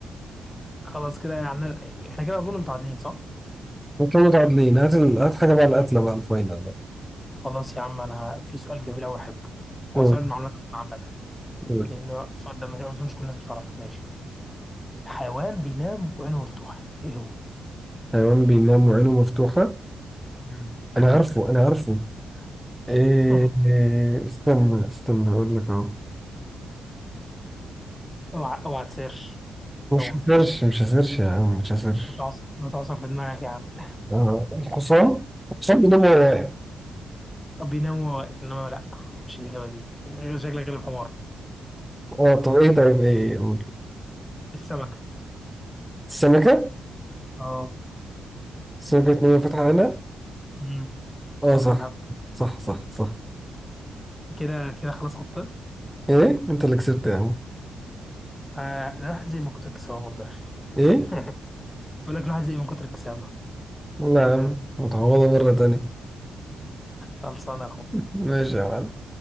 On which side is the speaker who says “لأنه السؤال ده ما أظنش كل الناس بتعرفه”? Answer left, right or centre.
Left